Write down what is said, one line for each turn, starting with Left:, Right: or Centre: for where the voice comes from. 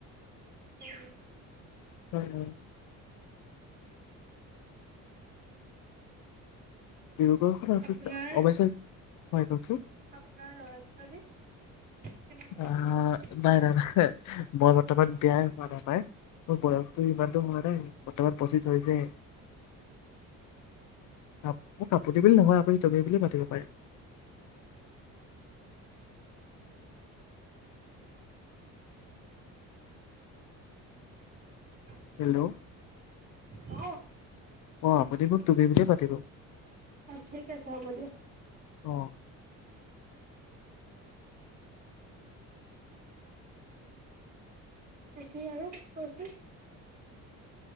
Right: সেহ
Left: উম উম ডিব্ৰুগড়খন আছে
Right: আপোনাৰ
Left: অৱশ্যে হয় ককছো
Right: আপোনাৰ ল'ৰা ছোৱালী কিমান ডাঙৰ
Left: অ
Right: হ'ল
Left: ব <unintelligible> মই বৰ্তমান বেয়াই হোৱা নাপায় মোৰ বয়সটো ইমানো হোৱা নাই বৰ্তমান পচিছ হৈছে হে অ মোক আপুনি বুলি নহয় আপুনি তুমি বুলি মাতিব পাৰে
Right: উ বিয়া
Left: হেল্ল'
Right: হ <unintelligible>
Left: অ আপুনি মোক তুমি বুলিয়ে মাতিব
Right: অ ঠিক আছে হ'ব দিয়া
Left: অ
Right: তাকি আৰু কচোন